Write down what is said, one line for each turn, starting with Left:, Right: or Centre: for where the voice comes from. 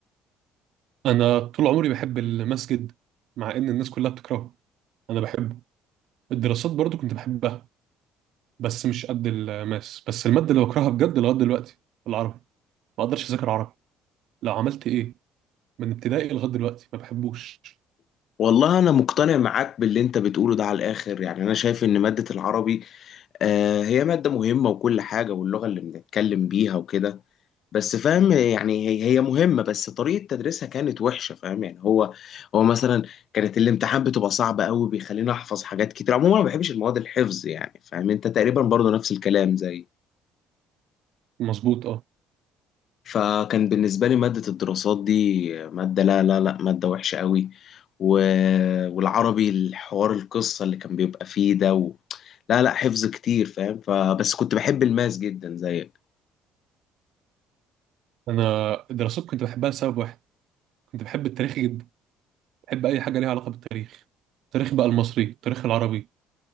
Right: أنا طول عمري بحب المسجد مع إن الناس كلها بتكرهه أنا بحبه الدراسات برضو كنت بحبها بس مش قد الماس بس المادة اللي بكرهها بجد لغاية دلوقتي العربي ما أقدرش أذاكر عربي لو عملت إيه من ابتدائي لغاية دلوقتي ما بحبوش
Left: والله أنا مقتنع معاك باللي أنت بتقوله ده على الآخر يعني أنا شايف إن مادة العربي آه هي مادة مهمة وكل حاجة واللغة اللي بنتكلم بيها وكده بس فاهم يعني هي هي مهمة بس طريقة تدريسها كانت وحشة فاهم يعني هو هو مثلا كانت الامتحان بتبقى صعبة قوي بيخليني أحفظ حاجات كتير عموما أنا ما بحبش المواد الحفظ يعني فاهم أنت تقريبا برضو نفس الكلام زي
Right: مظبوط أه
Left: فكان بالنسبة لي مادة الدراسات دي مادة لا لا لا مادة وحشة قوي و... والعربي الحوار القصة اللي كان بيبقى فيه ده و... لا لا حفظ كتير فاهم فبس كنت بحب الماس جدا زيك
Right: أنا الدراسات كنت بحبها لسبب واحد كنت بحب التاريخ جدا بحب أي حاجة ليها علاقة بالتاريخ التاريخ بقى المصري التاريخ العربي